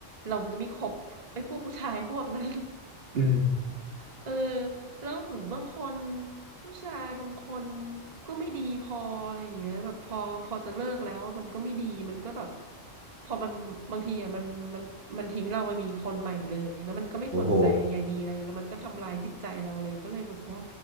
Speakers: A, on the right (about 35°); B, on the right (about 50°).
A: เรามันจะไม่คบไอ้พวกผู้ชายพวกนั้น
B: อืม
A: เออแล้วเหมือนบางคนผู้ชายบางคนก็ไม่ดีพออะไรอย่างเงี้ยแบบพอพอจะเลิกแล้วมันก็ไม่ดีมันก็แบบพอมันบางทีอ่ะมันมันมันทิ้งเราไปมีคนใหม่เลยแล้วมันก็ไม่สนใจใยดีเลยแล้วมันก็ทำรายจิตใจเราเลยก็เลยแบบว่า
B: โอ้โห